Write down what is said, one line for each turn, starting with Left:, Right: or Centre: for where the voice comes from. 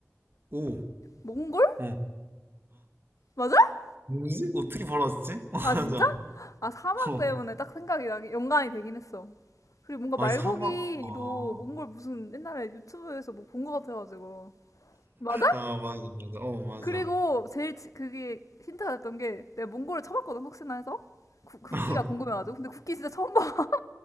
Right: 오,
Left: 몽골?
Right: 어,
Left: 맞아?
Right: 뭐지? 어떻게 벌왔지 <laughs> 맞아.
Left: 아, 진짜? 아, 사막
Right: 어,
Left: 때문에 딱 생각이 나기, 연관이 되긴 했어. 그리고 뭔가
Right: 아
Left: 말고기도
Right: 사막. 아,
Left: 몽골 무슨 옛날에 유튜브에서 뭐 본 것 같아가지고. 맞아?
Right: 아 맞아 맞아. 어 맞아.
Left: 그리고 제일 지- 그게 힌트가 됐던 게 내가 몽골을 쳐봤거든, 혹시나 해서. 국- 국기가
Right: <laughs>
Left: 궁금해가지고. 근데 국기 진짜 처음 봐. <laughs>